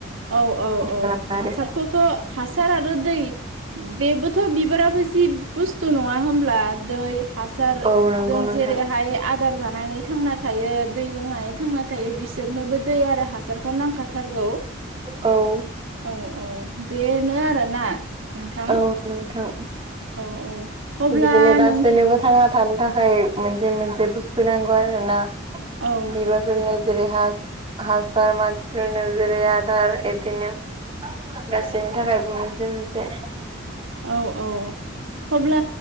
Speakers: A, on the right; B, on the right.
A: औ औ औ
B: खालामो आरो
A: हासारखौथ' हासार आरो दै बेबोथ' बिबाराबो जि बुस्थु नङा होनमब्ला दै हासार
B: औ नंगौ
A: जों
B: नोंथां
A: जेरैहाय आद दार जानानै थांना थायो दै लोंनानै थांना थायो बिसोरनोबो दै आरो हासारखौ नांखाथारगौ।
B: औ।
A: औ औ बेनो आरोना नोंथां।
B: औ नोंथां
A: औ औ। अब्ला
B: बिदिनो गासैनोबो
A: नोंथां
B: थांना थानो थाखाय मोनसे मोनसे बुस्थु नांगौ आरो ना।
A: औ
B: बिबा फोरनो जैरै हा हासार मानसिफोरनो जेरै आदार इदिनो। गासैनि थाखायबो मोनसे मोनसे
A: औ औ। अब्ला